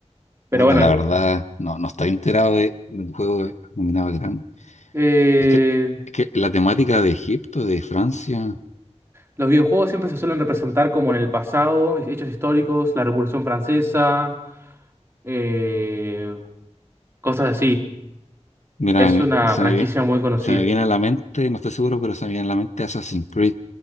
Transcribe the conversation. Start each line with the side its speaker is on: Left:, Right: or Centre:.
Right: Pero
Left: bueno,
Right: bueno,
Left: la
Right: el-
Left: verdad, no, no estoy enterado de, de un juego nominado a Grammy.
Right: eh,
Left: Es que, es que la temática de Egipto, de Francia,
Right: los videojuegos siempre se suelen representar como en el pasado, hechos históricos, la Revolución Francesa, eh, cosas así.
Left: mira,
Right: Es una
Left: se
Right: franquicia
Left: me viene,
Right: muy conocida.
Left: se me viene a la mente, no estoy seguro, pero se me viene a la mente Assassin's Creed.